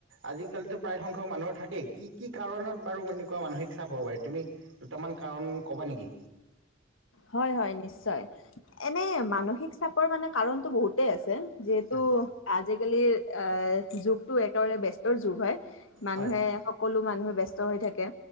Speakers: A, on the right (about 80°); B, on the left (about 80°).
A: আজিকালিতো প্ৰায় সংখ্যক মানুহৰ থাকেই। কি কি কাৰণত বাৰু এনেকুৱা মানসিক চাপ হ'ব পাৰে? তুমি দুটামান কাৰণ কবা নেকি?
B: হয়, হয় নিশ্চয়। এনেই মানসিক চাপৰ মানে কাৰণটো বহুতেই আছে। যিহেতু
A: হয়
B: আজিকালি অহ, যুগটো একেবাৰে ব্যস্তৰ যুগ হয়। মানুহে
A: হয়
B: সকলো মানুহে বস্ত হৈ থাকে